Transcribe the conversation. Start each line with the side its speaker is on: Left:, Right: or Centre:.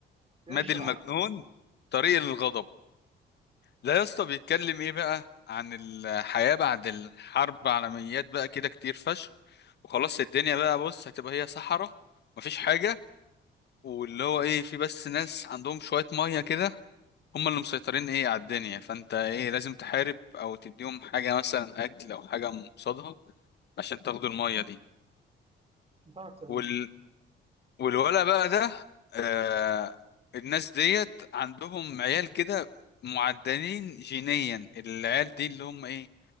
Right: اشرح
Left: ماد المجنون طريق الغضب لا يا اسطى بيتكلم
Right: اه
Left: ايه بقى عن الحياة بعد الحرب عالميات بقى كده كتير فشخ وخلاص الدنيا بقى بص هتبقى هي صحراء مفيش حاجة واللي هو ايه في بس ناس عندهم شوية مية كده هم اللي مسيطرين ايه على الدنيا فانت ايه لازم تحارب او تديهم حاجة مثلا اكل او حاجة قصادها عشان تاخدوا المية دي
Right: بتاعك تعيش
Left: وال... والولا بقى ده آه... الناس ديت عندهم عيال كده معدلين جينيا العيال دي اللي هم ايه